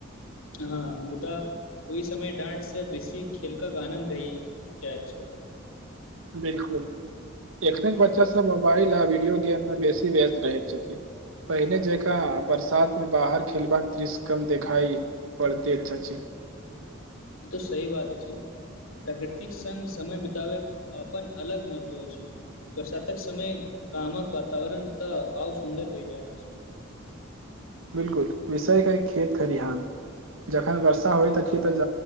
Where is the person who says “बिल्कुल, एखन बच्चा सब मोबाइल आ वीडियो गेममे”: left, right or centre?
Right